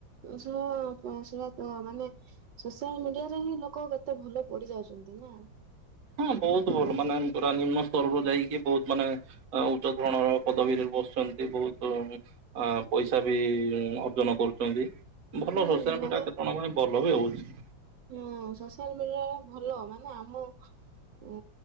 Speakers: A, on the right; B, on the right.
A: ପଇସା ପଇସା ତ ମାନେ ସୋସିଆଲ ମିଡିଆରେ ହିଁ ଲୋକ କେତେ ଭଲ ପଡ଼ି ଯାଉଛନ୍ତି ନା।
B: ହଁ ବହୁତ ଭଲ ମାନେ ପୁରା ନିମ୍ନ ସ୍ତରରୁ ଯାଇକି ବହୁତ ମାନେ ଉଚ୍ଚ ଧରଣର ପଦବୀରେ ବସୁଛନ୍ତି ବହୁତୁ ଅ ପଇସା ବି ଅର୍ଜନ କରୁଛନ୍ତି। ଭଲ
A: ହୁଁ
B: ସୋସିଆଲ
A: ମାନେ
B: ମିଡିଆ କେତେ ଜଣଙ୍କ ପାଇଁ ଭଲ ବି ହଉଛି।
A: ହଁ ସୋସିଆଲ ମିଡିଆ ଟା ଭଲ ମାନେ ଆମ ଉଁ